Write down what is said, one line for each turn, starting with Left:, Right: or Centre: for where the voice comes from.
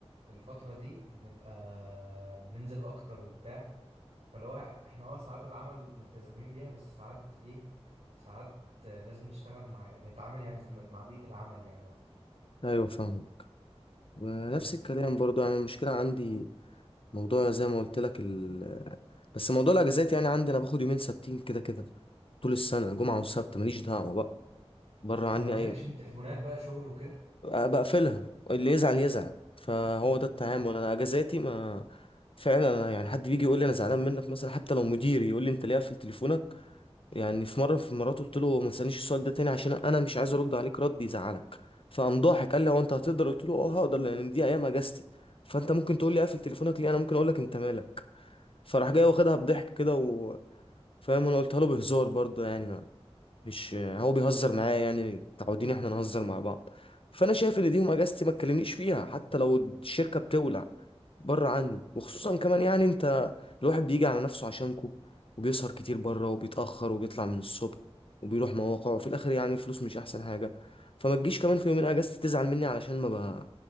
Right: الفترة دي بنبقى بننزل أكتر وبتاع فاللي هو احنا اه ساعات العمل ملتزمين بيها بس ساعات ايه ساعات آه، لازم نشتغل مع نتعامل يعني زي ما- مع بيئة العمل يعني أكتر
Left: ايوه فاهم ونفس
Right: بس
Left: الكلام برضو يعني المشكله عندي موضوع زي ما قلت لك ال... بس موضوع الاجازات يعني عندي انا باخد يومين ثابتين كده كده طول السنه جمعه وسبت ماليش دعوه بقى بره عني
Right: ما بيجيلكش
Left: اي
Right: بقى تليفونات بقى شغل وكده
Left: بقفلها اللي يزعل يزعل فهو ده التعامل انا اجازاتي ما فعلا أنا يعني حد بيجي يقول لي انا زعلان منك مثلا حتى لو مديري يقول لي انت ليه قافل تليفونك يعني في مره في المرات قلت له ما تسالنيش السؤال ده تاني عشان انا مش عايز ارد عليك رد يزعلك فقام ضاحك قال لي هو انت هتقدر قلت له اه هقدر لان دي ايام اجازتي فانت ممكن تقول لي قافل تليفونك ليه انا ممكن اقول لك انت مالك فراح جاي واخدها بضحك كده و... فاهم انا قلتها له بهزار برضه يعني مش هو بيهزر معايا يعني متعودين احنا نهزر مع بعض فانا شايف ان دي يوم اجازتي ما تكلمنيش فيها حتى لو الشركه بتولع بره عني وخصوصا كمان يعني انت الواحد بيجي على نفسه عشانكو وبيسهر كتير بره وبيتاخر وبيطلع من الصبح وبيروح مواقع وفي الاخر يعني الفلوس مش احسن حاجه فما تجيش كمان في يومين اجازتي تزعل مني علشان ما ب...